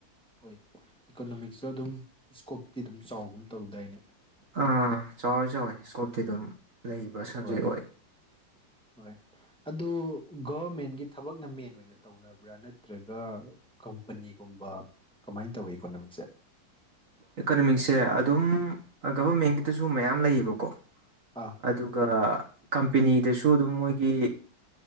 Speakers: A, in the centre; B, on the right.
A: ꯍꯣꯏ ꯏꯀꯣꯅꯣꯃꯤꯛꯁꯁꯨ ꯑꯗꯨꯝ ꯏꯁꯀꯣꯞꯇꯤ ꯑꯗꯨꯝ ꯆꯥꯎꯒꯨꯝ ꯇꯧꯗꯥꯏꯅꯦ
B: ꯑꯥ ꯆꯥꯎꯋꯤ ꯆꯥꯎꯋꯦ ꯏꯁꯀꯣꯞꯇꯤ ꯑꯗꯨꯝ ꯂꯩꯕ ꯁꯕꯖꯦꯛ
A: ꯍꯣꯏ
B: ꯑꯣꯏ
A: ꯍꯣꯏ ꯑꯗꯨ ꯒꯣꯔꯃꯦꯟꯒꯤ ꯊꯕꯛꯅ ꯃꯦꯟ ꯑꯣꯏꯅ ꯇꯧꯅꯕ꯭ꯔꯥ ꯅꯠꯇ꯭ꯔꯒ ꯀꯝꯄꯅꯤꯒꯨꯝꯕ ꯀꯃꯥꯏꯅ ꯇꯧꯋꯤ ꯏꯀꯣꯅꯣꯃꯤꯛꯁꯦ
B: ꯏꯀꯅꯣꯃꯤꯛꯁꯦ ꯑꯗꯨꯝ ꯒꯕꯔꯃꯦꯟꯒꯤꯗꯁꯨ ꯃꯌꯥꯝ ꯂꯩꯌꯦꯕꯀꯣ
A: ꯑꯥ
B: ꯑꯗꯨꯒ ꯀꯝꯄꯦꯅꯤꯗꯁꯨ ꯑꯗꯨꯝ ꯃꯣꯏꯒꯤ